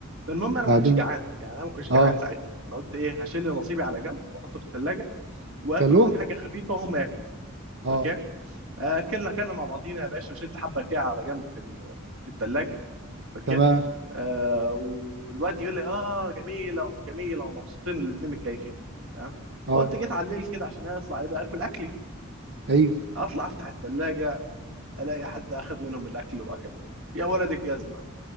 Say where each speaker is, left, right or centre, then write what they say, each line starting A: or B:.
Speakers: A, on the right; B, on the right.
A: فالمهم انا
B: بعدين
A: ما كنتش جعان يعني انا ما كنتش جعان
B: اه
A: ساعتها انا قلت ايه هشيل نصيبي على جنب واحطه في الثلاجه واكل
B: كلو
A: معاهم حاجه خفيفه وهم ياكلوا
B: اه
A: اوكي آه، اكلنا اكلنا مع بعضينا يا باشا وشلت حبه كده على جنب في ال- في الثلاجه اوكي
B: تمام
A: آه والواد يقول لي اه جميله ومش جميله ومبسوطين الاثنين متكيفين تمام
B: اه
A: فقلت جيت على الليل كده عشان اطلع يبقى اكل اكلي
B: ايوه
A: اطلع افتح الثلاجه الاقي حد اخذ منهم الاكل واكل يا ولد الجزمه